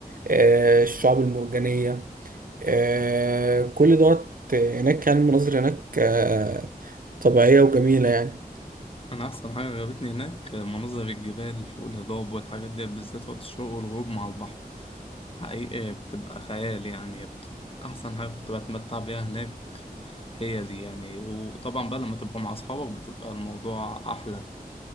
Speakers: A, on the right (about 65°); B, on the left (about 35°).
A: آه، الشعاب المرجانية آه، كل دوت هناك يعني المناظر هناك آه، طبيعية وجميلة يعني
B: أنا أحسن حاجة عجبتني هناك مناظر الجبال والهضاب والحاجات دي بالذات وقت الشروق والغروب مع البحر حقيقي بتبقى خيال يعني بتبقى أحسن حاجة كنت بتمتع بيها هناك هي دي يعني وطبعا بقى لما تبقى مع أصحابك بتبقى الموضوع أحلى